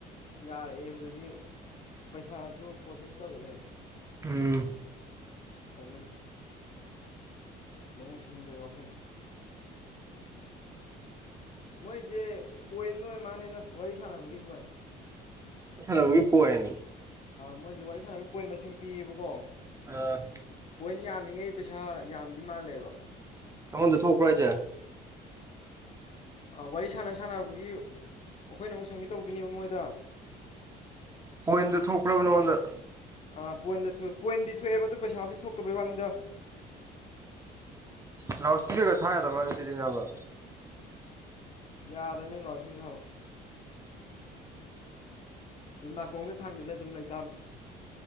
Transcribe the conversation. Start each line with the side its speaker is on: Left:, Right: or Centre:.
Left: ꯌꯥꯔꯛꯑꯦꯕꯒꯤ ꯄꯩꯁꯥꯗꯨ ꯄ꯭ꯔꯣꯁꯦꯁ ꯇꯧꯔꯛꯑꯦ
Right: ꯎꯝ
Left: ꯑꯗꯨꯅ ꯂꯧꯎ ꯁꯤꯡꯎꯕꯒꯤ ꯋꯥꯐꯝ ꯃꯣꯏꯁꯦ ꯄꯣꯏꯟ ꯑꯣꯏꯔ ꯃꯥꯅꯦꯗ ꯋꯥꯔꯤ ꯁꯥꯟꯅꯕꯒꯤ ꯄꯣꯏꯟ
Right: ꯁꯅꯕꯨ ꯄꯣꯑꯦꯅꯤ
Left: ꯃꯣꯏꯁ ꯕꯥ ꯏꯁ ꯁꯥꯟꯅꯕꯒꯤ ꯄꯣꯏꯟ ꯃꯁꯤꯡ ꯄꯤꯌꯦꯕꯀꯣ
Right: ꯑꯥ
Left: ꯄꯣꯏꯟ ꯌꯥꯝꯃꯤꯉꯩ ꯄꯩꯁꯥ ꯌꯥꯝꯕ ꯃꯥꯜꯂꯦꯕ
Right: ꯗ ꯊꯣꯈ ꯔꯖ
Left: ꯋꯥꯔꯤ ꯁꯥꯟꯅ ꯁꯥꯟꯅꯕꯒꯤ ꯑꯩꯈꯣꯏꯅ ꯑꯃꯨꯛ ꯁꯝꯃꯤꯠ ꯇꯧꯗꯣꯏꯅꯦꯕ ꯃꯣꯏꯗ
Right: ꯍꯣꯏꯗꯨ ꯊꯣꯡꯈꯔꯕꯅꯣꯣꯗ
Left: ꯑꯥ ꯄꯣꯏꯟꯗꯑ ꯄꯣꯏꯟꯗꯤ ꯊꯣꯛꯑꯦꯕ ꯑꯗꯨ ꯄꯩꯁꯥꯕꯨꯗꯤ ꯊꯣꯛꯇꯕꯩ ꯋꯥꯅꯤꯗ
Right: ꯅ ꯊ ꯀꯩ ꯊ ꯍꯥꯏ ꯇ ꯃꯅꯤ ꯁꯤꯗ ꯑꯕ
Left: ꯌꯥꯗꯃꯦ ꯂꯥꯛꯁꯨ ꯊꯕ ꯑꯗꯨꯝ ꯅꯥꯀꯣꯡꯗ ꯊꯥꯡꯖꯤꯜꯂ ꯑꯗꯨꯝ ꯂꯩꯇꯥꯕꯅꯤ